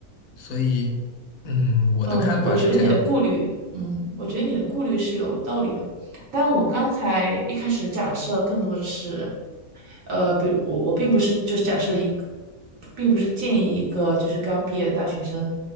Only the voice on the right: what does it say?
嗯，我觉得你的顾虑，嗯，我觉得你的顾虑是有道理的，但我刚才一开始的假设更多的是，呃，比如我我并不是就是假设一个，并不是建议一个就是刚毕业的大学生，